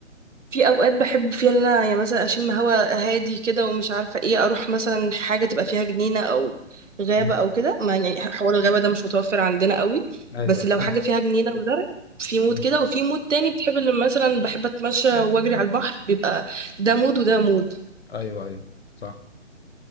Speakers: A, on the right; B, on the left.
A: في أوقات بحب فيها إن أنا يعني مثلا أشم هوا هادي كده ومش عارفة إيه أروح مثلا حاجة تبقى فيها جنينة أو غابة
B: م.
A: أو كده ما يعني حوار الغابة ده مش متوفر عندنا قوي
B: ايوه
A: بس
B: <laughs>
A: لو حاجة فيها جنينة وزرع في مود
B: مم.
A: كده وفي مود تاني بتحب اللي مثلا بحب أتمشى وأجري على البحر بيبقى ده مود وده مود
B: ايوه ايوه أيوه. صح